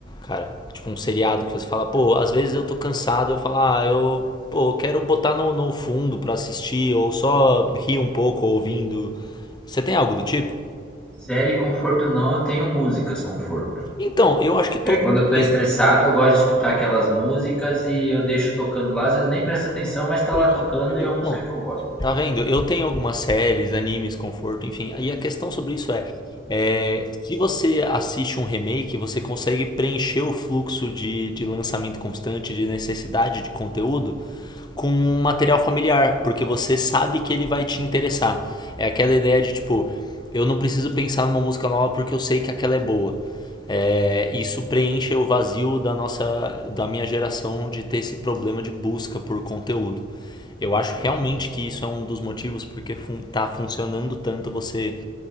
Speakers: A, on the left; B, in the centre.
A: cara? Tipo um seriado que você fala, pô, às vezes eu tô cansado, eu falo, ah, eu pô, quero botar no, no fundo pra assistir, ou só rir um pouco ouvindo. Você tem algo do tipo?
B: Série conforto não, eu tenho músicas conforto.
A: Então, eu acho que todo
B: É quando
A: mundo
B: eu tô
A: tem.
B: estressado, eu gosto de escutar aquelas músicas e eu deixo tocando lá, às vezes eu nem presto atenção, mas tá
A: Pô,
B: lá tocando e é uma
A: então,
B: música que eu gosto.
A: tá vendo? Eu tenho algumas séries, animes, conforto, enfim. E a questão sobre isso é, É, se você assiste um remake, você consegue preencher o fluxo de, de lançamento constante, de necessidade de conteúdo, com um material familiar, porque você sabe que ele vai te interessar. É aquela ideia de tipo, eu não preciso pensar numa música nova porque eu sei que aquela é boa. É, isso preenche o vazio da nossa, da minha geração de ter esse problema de busca por conteúdo. Eu acho
B: Entendi.
A: realmente que isso é um dos motivos porque está fun tá funcionando tanto você